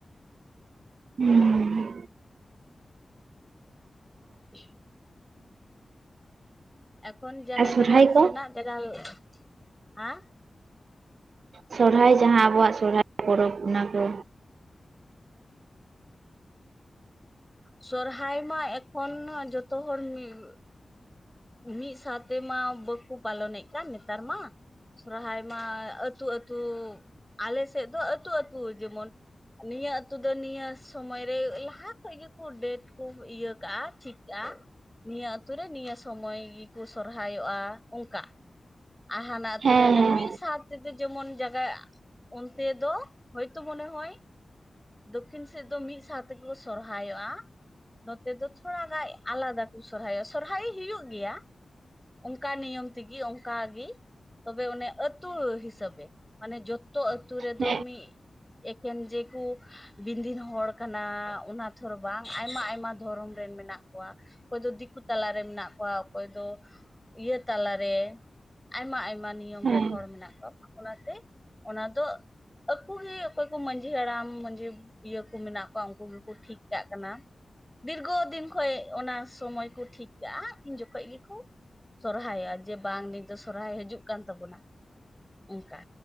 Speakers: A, on the right (about 85°); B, in the centre.
A: ᱦᱩᱸ
B: <unintelligible> ᱮᱠᱷᱚᱱ ᱡᱟᱭᱜᱟ
A: ᱟᱨ ᱥᱚᱨᱦᱟᱭ
B: ᱡᱟᱭᱜᱟ ᱥᱮ
A: ᱠᱚ
B: ᱨᱮᱱᱟᱜ ᱡᱟᱭᱜᱟ ᱦᱮ <unintelligible>
A: ᱥᱚᱨᱦᱟᱭ ᱡᱟᱦᱟᱸ ᱟᱵᱚᱣᱟᱜ ᱥᱚᱨᱦᱟᱭ ᱯᱚᱨᱚᱵᱽ ᱚᱱᱟ ᱠᱚ
B: ᱥᱚᱨᱦᱟᱭ ᱢᱟ ᱮᱠᱷᱚᱱ ᱡᱚᱛᱚ ᱦᱚᱲ ᱢᱤᱫ ᱢᱤᱫ ᱥᱟᱶᱛᱮᱢᱟ ᱵᱟᱠᱚ ᱯᱟᱞᱚᱱᱮᱫ ᱠᱟᱱ ᱱᱮᱛᱟᱨ ᱢᱟ, ᱥᱚᱨᱦᱟᱭ ᱢᱟ ᱟᱹᱛᱩ ᱟᱹᱛᱩ ᱟᱞᱮ ᱥᱮᱫ ᱫᱚ ᱟᱹᱛᱩ ᱟᱹᱛᱩ ᱡᱮᱢᱚᱱ ᱱᱤᱭᱟᱹ ᱟᱹᱛᱩ ᱫᱚ ᱱᱤᱭᱟᱹ ᱥᱚᱢᱚᱭᱨᱮ ᱞᱟᱦᱟ ᱠᱷᱚᱡ ᱜᱮᱠᱚ ᱰᱮᱴ ᱠᱚ ᱤᱭᱟᱹ ᱠᱟᱜᱼᱟ ᱴᱷᱤᱠ ᱠᱟᱜᱼᱟ᱾ ᱱᱤᱭᱟᱹ ᱟᱛᱩ ᱨᱮ ᱱᱤᱭᱟᱹ ᱥᱚᱢᱚᱭ ᱜᱮᱠᱚ ᱥᱚᱨᱦᱟᱭᱚᱜᱼᱟ ᱚᱱᱠᱟ᱾ ᱦᱟᱱᱟ ᱟᱛᱩ
A: ᱦᱮᱸ
B: ᱨᱮᱱ
A: ᱦᱮᱸ
B: ᱢᱤᱫ ᱥᱟᱛ ᱚᱱᱛᱮ ᱡᱮᱢᱚᱱ ᱡᱟᱭᱜᱟ <unintelligible> ᱚᱱᱛᱮ ᱫᱚ ᱦᱚᱳᱭᱛᱳ ᱢᱚᱱᱮ ᱦᱚᱭ ᱫᱚᱠᱠᱷᱤᱱ ᱥᱮᱫ ᱫᱚ ᱢᱤᱫ ᱥᱟᱶ ᱛᱮᱜᱮ ᱠᱚ ᱥᱚᱨᱦᱟᱭᱚᱜᱼᱟ᱾ ᱱᱚᱛᱮ ᱫᱚ ᱛᱷᱚᱲᱟ ᱜᱟᱱ ᱟᱞᱟᱫᱟ ᱠᱚ ᱥᱚᱨᱦᱟᱭᱚᱜᱼᱟ ᱥᱚᱨᱦᱟᱭ ᱦᱩᱭᱩᱜ ᱜᱮᱭᱟ, ᱚᱱᱠᱟ ᱱᱤᱭᱚᱢ ᱚᱱᱠᱟᱜᱮ ᱛᱚᱵᱮ ᱚᱱᱮ ᱟᱹᱛᱩ ᱦᱤᱥᱟᱹᱵᱮ ᱢᱟᱱᱮ ᱡᱚᱛᱚ ᱟᱹᱛᱩ ᱨᱮᱫᱚ
A: ᱦᱮᱸ ᱦᱮᱸ
B: ᱢᱤᱫ ᱮᱠᱮᱱ ᱡᱮᱠᱚ ᱵᱤᱱᱫᱤᱱ ᱦᱚᱲ ᱠᱟᱱᱟ ᱚᱱᱟ ᱛᱚᱨ ᱵᱟᱝ ᱟᱭᱢᱟ ᱟᱭᱢᱟ ᱫᱷᱚᱨᱚᱢ ᱨᱮᱱ ᱢᱮᱱᱟᱜ ᱠᱚᱣᱟ ᱚᱠᱚᱭ ᱫᱚ ᱫᱤᱠᱩ ᱛᱟᱞᱟᱨᱮ ᱢᱮᱱᱟᱜ ᱠᱚᱣᱟ ᱚᱠᱚᱭ ᱫᱚ ᱤᱭᱟᱹ ᱛᱟᱞᱟᱨᱮ ᱟᱭᱢᱟ ᱟᱭᱢᱟ ᱱᱤᱭᱚᱢ
A: ᱦᱮᱸ
B: ᱨᱮᱱ ᱦᱚᱲ ᱢᱮᱱᱟᱜ ᱠᱚᱣᱟ ᱚᱱᱟᱛᱮ ᱚᱱᱟ ᱫᱚ ᱟᱠᱩ ᱜᱮ ᱚᱠᱚᱭ ᱠᱚ ᱢᱟᱺᱡᱷᱤ ᱦᱟᱲᱟᱢ ᱢᱟᱡᱷᱤ ᱤᱭᱟᱹ ᱠᱚ ᱢᱮᱱᱟᱜ ᱠᱚᱣᱟ ᱩᱱᱠᱩ ᱜᱮᱠᱚ ᱴᱷᱤᱠ ᱠᱟᱜ ᱠᱟᱱᱟ, ᱫᱤᱨᱜᱷᱚ ᱫᱤᱱ ᱠᱷᱚᱡ ᱚᱱᱟ ᱥᱚᱢᱚᱭ ᱠᱚ ᱴᱷᱤᱠ ᱠᱟᱜᱼᱟ ᱩᱱ ᱡᱚᱠᱷᱚᱡ ᱜᱮᱠᱚ ᱥᱚᱨᱦᱟᱭᱚᱜᱼᱟ ᱡᱮ ᱵᱟᱝ ᱱᱤᱛ ᱫᱚ ᱥᱚᱨᱦᱟᱭ ᱦᱤᱡᱩᱜ ᱠᱟᱱ ᱛᱟᱵᱚᱱᱟ ᱚᱱᱠᱟ,